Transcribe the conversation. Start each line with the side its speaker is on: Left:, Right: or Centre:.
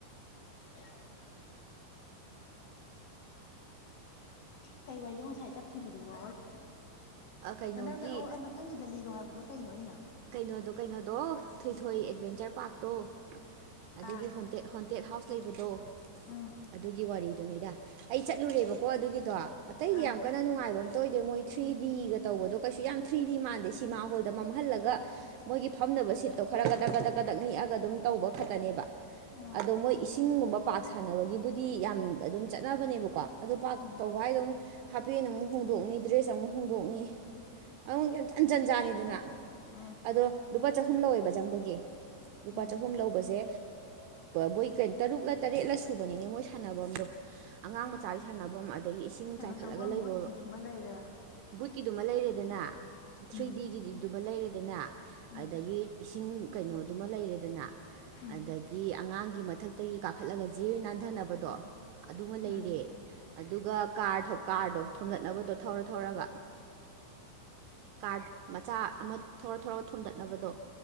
Left: <unintelligible> ꯀꯩ ꯋꯥꯔꯤꯅꫭ ꯉꯁꯥꯏ ꯇꯠꯈꯤꯕꯗꯨꯕꯣ
Right: ꯀꯩꯅꯣꯒꯤ
Left: ꯅꯪꯅ ꯑꯣ ꯑꯩ ꯃꯊꯪꯒꯤꯗ ꯂꯤꯔꯣ ꯍꯥꯏꯕꯗꯣ ꯀꯩꯅꫭ ꯑꯩꯅ
Right: ꯀꯩꯅꯣꯗꯣ ꯀꯩꯅꯣꯗꯣ ꯊꯣꯏꯊꯣꯏ ꯑꯦꯗꯚꯦꯟꯆꯔ ꯄꯥꯔꯛꯇꯣ ꯑꯗꯨꯗꯒꯤ
Left: ꯑꯥ
Right: ꯍꯣꯟꯇꯦ ꯇꯦꯠ ꯍꯥꯎꯁ ꯂꯩꯕꯗꯣ
Left: ꯎꯝ
Right: ꯑꯗꯨꯒꯤ ꯋꯥꯔꯤꯗꯨꯅꯤꯗ ꯑꯩ ꯆꯠꯂꯨꯔꯦꯕꯀꯣ ꯑꯗꯨꯒꯤꯗꯣ ꯑꯇꯩꯗꯤ
Left: ꯑꯥ
Right: ꯌꯥꯝ ꯀ ꯅꯨꯡꯉꯥꯏꯕ ꯑꯝꯇ ꯑꯣꯏꯗꯦ ꯃꯣꯏ ꯊ꯭ꯔꯤ ꯗꯤꯒ ꯇꯧꯕꯗꯣ ꯀꯩꯁꯨ ꯌꯥꯝ ꯊ꯭ꯔꯤ ꯗꯤ ꯃꯥꯟꯗꯦ ꯁꯤꯃꯥ ꯍꯣꯜꯗ ꯃꯝꯍꯜꯂꯒ ꯒ ꯃꯣꯏꯒꯤ ꯐꯝꯗꯅꯕ ꯁꯤꯠꯇꯣ ꯈꯔ ꯀꯗꯛ ꯀꯗꯛ ꯄꯗꯛ ꯅꯤꯛꯑꯒ ꯑꯗꯨꯝ ꯇꯧꯕ ꯐꯠꯇꯅꯦꯕ
Left: ꯎꯝ
Right: ꯑꯗꯣ ꯃꯣꯏ ꯏꯁꯤꯡꯒꯨꯝꯕ ꯄꯥꯛ ꯁꯥꯟꯅꯕꯒꯤꯕꯨꯗꯤ ꯌꯥꯝ ꯑꯗꯨꯝ ꯆꯠꯅꯕꯅꯦꯕꯀꯣ ꯑꯗꯨ ꯄꯥꯛ
Left: ꯎꯝ
Right: ꯇꯧꯕ ꯍꯥꯏ ꯑꯗꯨꯝ ꯍꯥꯄꯦꯟ ꯑꯃꯨꯛ ꯍꯣꯡꯗꯣꯛꯅꯤ ꯗ꯭ꯔꯦꯁ ꯑꯃꯨꯛ ꯍꯣꯡꯗꯣꯛꯅꯤ ꯑꯃꯨꯛ ꯌꯥꯝ ꯖꯟꯖꯥꯟꯅꯤꯗꯅ
Left: ꯎꯝ
Right: ꯑꯗꯣ ꯂꯨꯄꯥ ꯆꯍꯨꯝ ꯂꯧꯋꯦꯕ ꯆꯪꯕꯒꯤ ꯂꯨꯄꯥ
Left: ꯎꯝ
Right: ꯆꯍꯨꯝ ꯂꯧꯕꯁꯦ ꯃꯣꯏ ꯀꯩ ꯇꯔꯨꯛꯂ ꯇꯔꯦꯠꯂ ꯁꯨꯕꯅꯤꯅꯦ ꯃꯣꯏ ꯁꯥꯟꯅꯐꯝꯗꯣ ꯑꯉꯥꯡ ꯃꯆꯥꯒꯤ ꯁꯥꯟꯅꯕꯝ ꯑꯗꯒꯤ ꯏꯁꯤꯡ
Left: ꯀꯩꯅꯣ
Right: ꯆꯥꯏꯈꯠꯂꯒ
Left: ꯆꯪꯕꯝ
Right: ꯂꯩꯕ
Left: ꯕꯨꯠꯀꯤꯗꯨꯃ ꯂꯩꯔꯦ
Right: ꯕꯨꯠꯀꯤꯗꯨꯃ ꯂꯩꯔꯦꯗꯅ ꯊ꯭ꯔꯤ
Left: ꯎꯝ
Right: ꯗꯤꯒꯤ ꯗꯨꯃ ꯂꯩꯔꯦꯗꯅ
Left: ꯎꯝ
Right: ꯑꯗꯒꯤ ꯏꯁꯤꯡ ꯀꯩꯅꯣꯗꯨꯃ ꯂꯩꯔꯦꯗꯅ
Left: ꯎꯝ
Right: ꯑꯗ ꯒꯤ ꯑꯉꯥꯡꯒꯤ ꯃꯊꯛꯇꯒꯤ ꯀꯥꯈꯠꯂꯒ ꯖꯤꯔ ꯅꯥꯟꯊꯅꯕꯗꯣ ꯑꯗꯨꯃ ꯂꯩꯔꯦ
Left: ꯎꯝ
Right: ꯑꯗꯨꯒ ꯀꯥꯔ ꯀꯥꯔꯗꯣ ꯊꯣꯝꯖꯠꯅꯕꯗꯣ ꯊꯧꯔ ꯊꯧꯔꯒ ꯀꯥꯔꯠ ꯃꯆꯥ ꯑꯃ ꯊꯧꯔ ꯊꯧꯔꯒ ꯊꯣꯝꯗꯠꯅꯕꯗꯣ